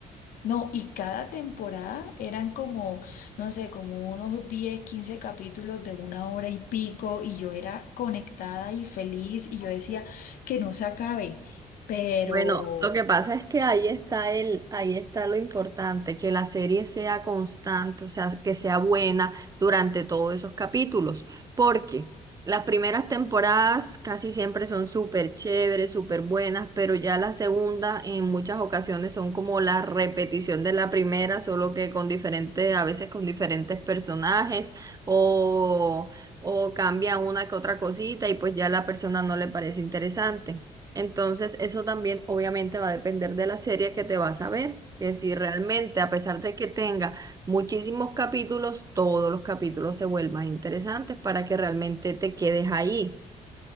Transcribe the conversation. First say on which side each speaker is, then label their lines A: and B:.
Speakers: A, on the left; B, on the right.
A: No, y cada temporada eran como, no sé, como unos 10 15 capítulos de una hora y pico, y yo era conectada y feliz, y yo decía que no se acabe, pero
B: Bueno, lo que pasa es que ahí está el, ahí está lo importante, que la serie sea constante, o sea, que sea buena durante todos esos capítulos, porque las primeras temporadas casi siempre son súper chéveres, súper buenas, pero ya la segunda en muchas ocasiones son como la repetición de la primera, solo que con diferentes, a veces con diferentes personajes o, o cambia una que otra cosita y pues ya a la persona no le parece interesante. Entonces, eso también obviamente va a depender de la serie que te vas a ver. Que si realmente, a pesar de que tenga muchísimos capítulos, todos los capítulos se vuelvan interesantes para que realmente te quedes ahí.